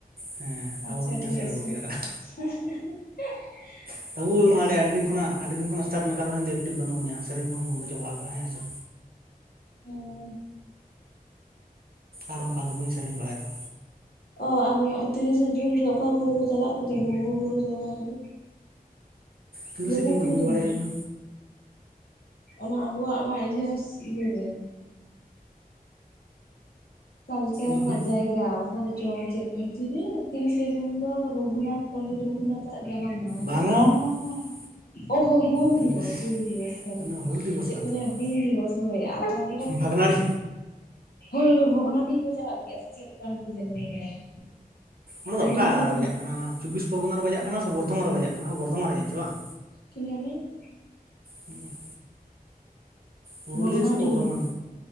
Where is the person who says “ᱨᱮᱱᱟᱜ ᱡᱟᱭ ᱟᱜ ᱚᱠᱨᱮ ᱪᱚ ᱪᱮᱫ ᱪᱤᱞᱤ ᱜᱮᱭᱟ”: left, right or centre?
Left